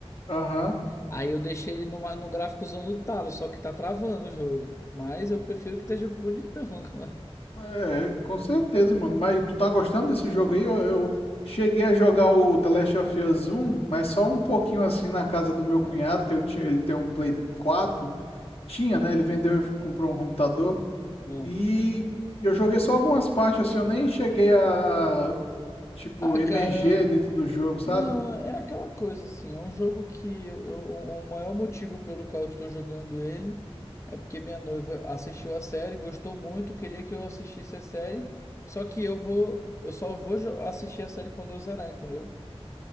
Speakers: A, on the left; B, on the left.
A: aham.
B: Aí eu deixei ele numa, no gráficozão no talo, só que tá travando o jogo. Mas eu prefiro que esteja bonitão <laughs> agora.
A: É, com certeza, mano. Mas tu tá gostando desse jogo aí? Eu, eu cheguei a jogar o The Last of Us um mas só um pouquinho assim na casa do meu cunhado, que ele tinha, ele tem um Play 4. Tinha, né? Ele vendeu e comprou um computador.
B: Não.
A: E eu joguei só algumas partes, assim, eu nem cheguei a, tipo,
B: Ah,
A: emerger
B: cara,
A: dentro do jogo, sabe?
B: não, é aquela coisa assim. É um jogo que eu, eu- o o maior motivo pelo qual eu estou jogando ele é porque minha noiva assistiu a série, gostou muito, queria que eu assistisse a série. Só que eu vou, eu só vou jo- assistir a série quando eu zerar, entendeu?